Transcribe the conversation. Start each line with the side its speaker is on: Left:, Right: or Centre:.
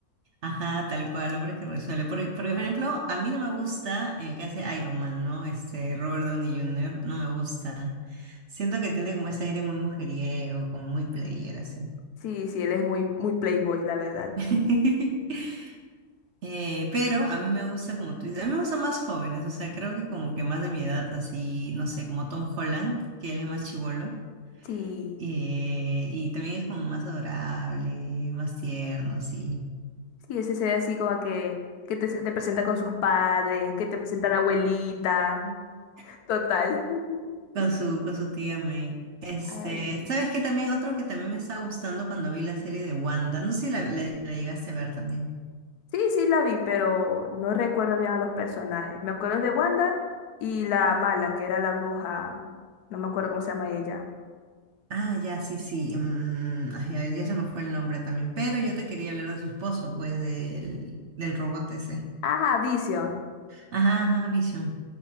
Right: Ajá, tal cual, hombre que resuelve. Por, por ejemplo, a mí no me gusta el que hace Iron Man, ¿no? Este, Robert Downey Jr., no me gusta. Siento que tiene como ese aire muy mujeriego, como muy player, así.
Left: Sí, sí, él es muy, muy playboy, la verdad.
Right: <laughs> Eh, pero a mí me gusta, como tú dices, a mí me gustan más jóvenes, o sea, creo que como que más de mi edad, así, no sé, como Tom Holland, que él es más chibolo,
Left: Sí,
Right: eh, y también es como más adorable, más tierno, así,
Left: sí, ese se ve así como que, que te, se- te presenta con sus padres, que te presenta a la abuelita.
Right: <laughs>
Left: <laughs> Total. <laughs>
Right: con su, con su tía May. Este,
Left: Ay,
Right: ¿sabes qué? También otro que también me estaba gustando cuando vi la serie de Wanda, no sé si la, la- la llegaste a ver también.
Left: Sí, sí, la vi, pero no recuerdo bien a los personajes. Me acuerdo de Wanda y la mala, que era la bruja. No me acuerdo cómo se llama ella.
Right: Ah, ya, sí, sí, mm, ay, ya, ya se me fue el nombre también, pero yo te quería hablar de su esposo, pues, del, del robot ese.
Left: Ajá, Vision.
Right: Ajá, ajá, Vision.